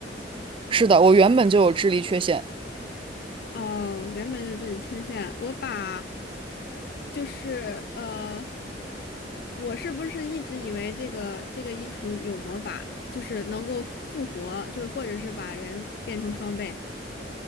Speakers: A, on the right; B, on the left.
A: 是的，我原本就有智力缺陷。
B: 哦，原本就自己缺陷，我把就是呃，我是不是一直以为这个这个衣橱有魔法，就是能够复活，就是或者是把人变成双倍？